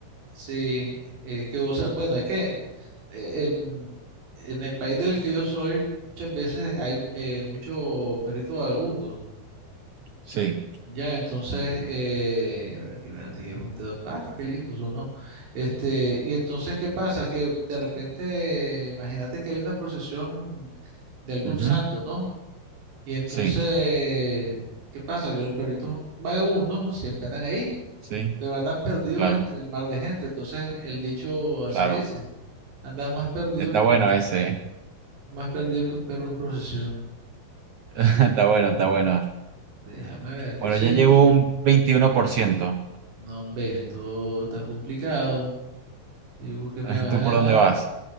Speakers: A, on the right (about 65°); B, on the right (about 80°).
A: Sí, es que vos, sab- bueno, es que eh, en, en el país del que yo soy, muchas veces hay eh, mucho perrito vagabundo.
B: Sí.
A: Ya, entonces, eh, a ver, que espérate, que es un dedo, ah, qué lindos son, ¿no? Este, y entonces, ¿qué pasa? Que de repente, imagínate que hay una procesión de algún
B: Ujú.
A: santo, ¿no? Y entonces,
B: Sí,
A: ¿qué pasa? Que los perritos vagabundos siempre andan ahí,
B: sí,
A: pero andan perdidos
B: claro,
A: entre el mar de gente. Entonces, el dicho así
B: claro.
A: dice, andas más perdido
B: Está
A: que
B: bueno
A: un perro
B: ese.
A: Más perdido que un perro en procesión.
B: <laughs>
A: Sí,
B: Está bueno,
A: eh,
B: está bueno.
A: déjame ver,
B: Bueno,
A: qué sé
B: ya llevo
A: yo.
B: un veintiuno por ciento
A: No, hombre, esto está complicado. Yo creo que me
B: <laughs>
A: vas
B: ¿Tú
A: a ganar.
B: por dónde vas?